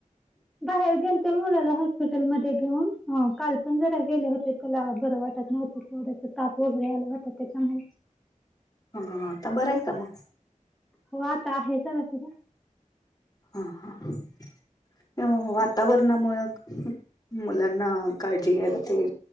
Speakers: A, in the centre; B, on the left.
A: बाहेर गेलते मुलाला हॉस्पिटलमध्ये घेऊन ह काल पण जरा गेले होते त्याला बरं वाटत नव्हतं थोड ताप वगैरे आला होता त्याच्यामुळे
B: हा आता बरं आहे का मग
A: हो आता आहे जरास बर
B: हा हा त्या वातावरणामुळ मुलांना ना काळजी घेला ते